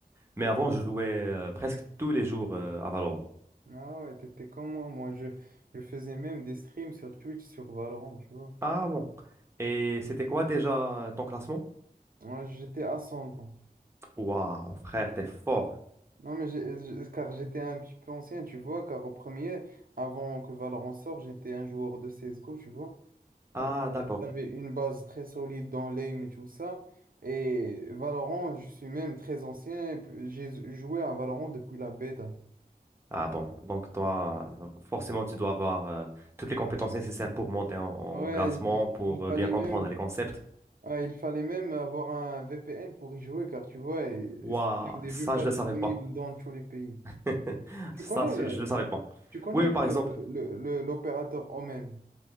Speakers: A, on the right; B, on the right.
A: Mais avant, je jouais euh, presque tous les jours euh, à Valorant.
B: Ah ouais, t'étais comme moi. Moi, je, je faisais même des streams sur Twitch sur Valorant, tu vois.
A: Ah bon. Et c'était quoi déjà ton classement?
B: Ouais, j'étais à 100 ans.
A: Waouh, frère, t'es fort.
B: Non, mais j'ai- j'ai- car j'étais un petit peu ancien, tu vois, car au premier, avant que Valorant sorte, j'étais un joueur de CSGO, tu vois. Alors,
A: Ah
B: euh,
A: d'accord.
B: j'avais une base très solide dans l'aim et tout ça. Et Valorant, je suis même très ancien, et puis j'ai joué à Valorant depuis la bêta.
A: Ah bon. Donc toi, forcément, tu dois avoir euh, toutes les compétences nécessaires pour monter en, en
B: Ouais,
A: classement,
B: il
A: pour
B: il fallait
A: euh, bien comprendre
B: même,
A: les concepts.
B: ouais, il fallait même avoir un VPN pour y jouer, car tu vois, et-
A: Waouh,
B: et c'était au début
A: ça,
B: pas
A: je le
B: disponible
A: savais pas.
B: dans tous les pays.
A: <laughs>
B: Tu
A: Ça,
B: connais,
A: je je le savais pas.
B: Tu connais
A: Oui, oui, par exemple.
B: le- le- le- l'opérateur Omen?